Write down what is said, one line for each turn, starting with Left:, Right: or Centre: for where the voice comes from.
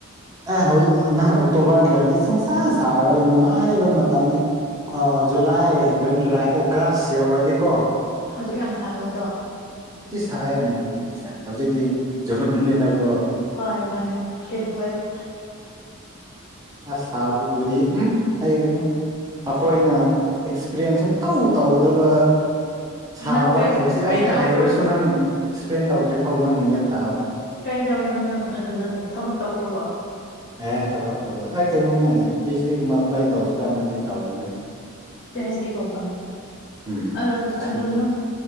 Right: ꯑꯦ ꯅꯪ ꯑꯣꯛꯇꯣꯕꯔꯗ ꯂꯩꯔꯗꯤ ꯁꯨꯡꯁꯥ ꯁꯥꯔꯔꯣꯏ ꯅꯨꯡꯉꯥꯏꯕ ꯃꯇꯝꯅꯤ ꯖꯨꯂꯥꯏ ꯖꯨꯟ ꯖꯨꯂꯥꯏ ꯑꯣꯒꯁ ꯌꯧꯔꯗꯤꯀꯣ
Left: ꯍꯧꯖꯤꯛ ꯌꯥꯝ ꯁꯥꯕꯔ ꯑꯗꯣ
Right: ꯁꯥꯏꯌ‌ꯦ ꯎꯝ ꯍꯧꯖꯤꯛꯇꯤ ꯁꯥꯏꯌ‌ꯦ ꯍꯧꯖꯤꯛꯇꯤ ꯖꯨꯟꯅꯤꯅ ꯀ‌ꯣ
Left: ꯈꯪꯉ‌ꯦ ꯈꯪꯉ‌ꯦ ꯍꯤꯠ ꯋ‌ꯦꯞ
Right: ꯑꯁ ꯁꯥꯕꯕꯨꯗꯤ ꯎꯝ ꯍꯥꯏꯔꯨꯅꯨ ꯑꯩꯈꯣꯏꯅ ꯄ꯭ꯔꯦꯟ ꯁꯨꯝ ꯇꯧ ꯇꯧꯗꯕ ꯁꯥꯕ
Left: ꯅꯪ ꯀꯩ
Right: ꯍꯩꯕꯁꯦ
Left: ꯀꯩꯗꯧꯕ꯭ꯔꯣꯗꯣ
Right: ꯑꯩꯅ ꯍꯩꯔꯁꯨ ꯅꯪ ꯑꯦꯛꯁꯄ꯭ꯂꯦꯟ ꯇꯧꯗ꯭ꯔꯤ ꯐꯥꯎ ꯅꯪ ꯒ꯭ꯌꯥꯟ ꯇꯥꯕ
Left: ꯀꯩꯗꯧꯔꯤꯅꯣ ꯅꯪ ꯑꯗꯨꯗ ꯊꯕꯛ ꯇꯧꯈ꯭ꯔꯕ‌ꯣ
Right: ꯑꯦ ꯊꯕꯛ ꯇꯧ ꯑꯩ ꯀꯩꯅꯣꯅꯦ ꯄꯤ ꯑꯩꯁ ꯗꯤꯒꯨꯝꯕ ꯑꯦꯄ꯭ꯂꯥꯏ ꯇꯧꯁꯤ꯭ꯔꯅꯗꯤ ꯇꯧꯕꯅꯦ
Left: ꯄꯤ ꯑꯩꯁ ꯇꯤ ꯀꯨꯝꯕ
Right: ꯎꯝ
Left: ꯑ
Right: ꯁꯤꯗ
Left: ꯑꯗꯨ ꯅꯪ